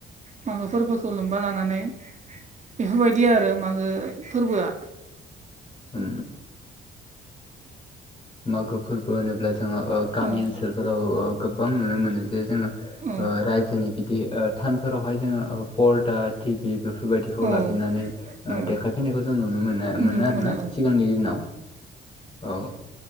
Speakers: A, on the right; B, on the left.
A: मागो फोरबोखौ लोबबा लानानै बेफोरबायदि आरो मागो फोरबोआ
B: ओम मागो फोरबो होनोब्ला जोङो ओ गामि
A: औ
B: ओनसोलफोराव गोबां नुनो मोनो जे जोङो
A: औ
B: रायजोनि बिदि थानफोरावहाय जोङो पर्दा टिभि बेफोरबायदिखौ
A: औ
B: लाबदिंनै
A: औ
B: देखायफैनायखौ जों नुनो मोनो मोनो
A: नुनो
B: आरोना
A: औ
B: सिगांनि दिनाव औ